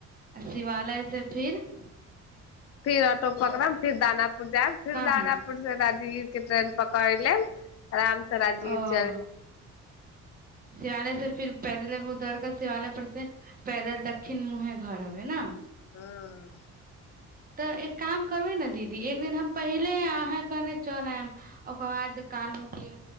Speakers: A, on the right; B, on the left.
A: आ शिवालय से फिर ह
B: फिर ऑटो पकड़ फिर दाना जा फिर
A: कहाँ
B: जाना पुर ई कट पकाल राम त राजगीर
A: ओ
B: चल
A: शिवालय से फिर पैदले उधर क शिवालय पर से पैदल दक्षिण मुँहे घर हबै ने
B: हँ
A: तऽ एक काम करबै ने दीदी एक दिन हम पहिले अहाँ कने चलयम ओकर बाद काल हो के